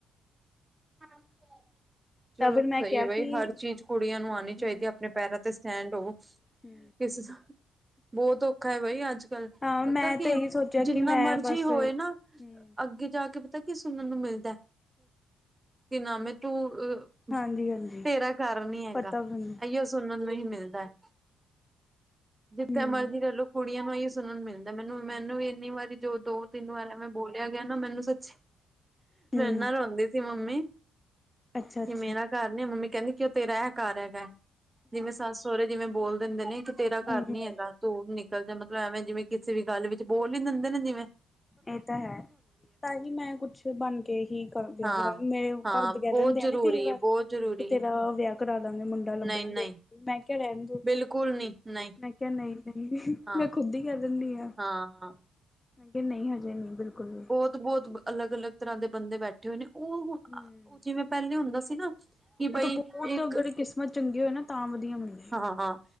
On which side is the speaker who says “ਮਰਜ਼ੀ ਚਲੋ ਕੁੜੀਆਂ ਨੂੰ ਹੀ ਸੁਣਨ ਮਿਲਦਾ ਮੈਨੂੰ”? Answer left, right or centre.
Right